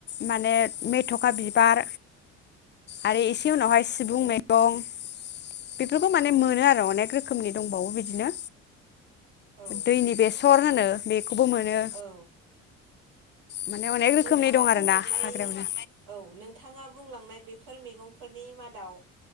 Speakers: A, on the left; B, on the right.
A: माने मेथ'खा बिबार आरो इसे उनावहाय सिबुं मैगं बेफोरखौ माने
B: औ
A: मोनो आरो अनेक रो रोखोमनि दंबावो बिदिनो
B: औ
A: दैनि बेसर होनो बेे खौबो मोनो
B: औ
A: माने अनेक
B: नोंथाङा
A: रोखोमनि दं
B: बुंलांनाय
A: आरोना हाग्रायावनो
B: औ नोंथाङा बुंलांनाय बे फोर मैगंफोरनि मादाव